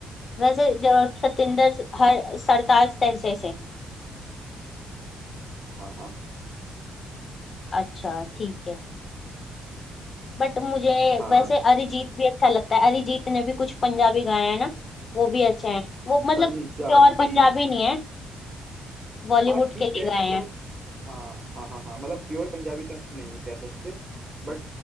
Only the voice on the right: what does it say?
हाँ हाँ हाँ
हाँ
पंजाबी
हाँ ठीक
है
मतलब
हाँ हाँ हाँ हाँ मतलब प्योर पंजाबी तो नहीं है कह सकते बट